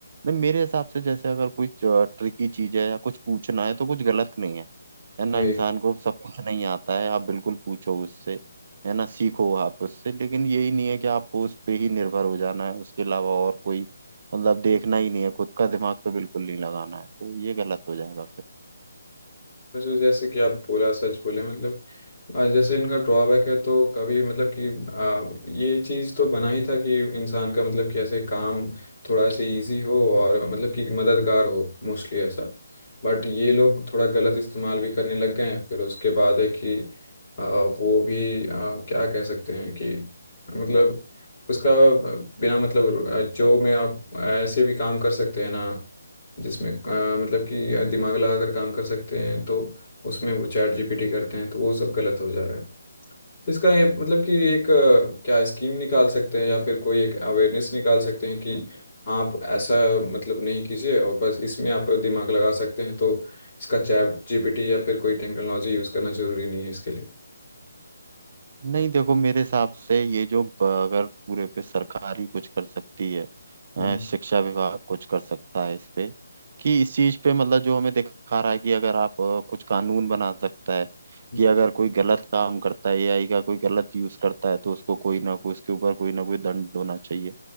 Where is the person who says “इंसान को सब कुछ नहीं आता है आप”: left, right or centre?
Right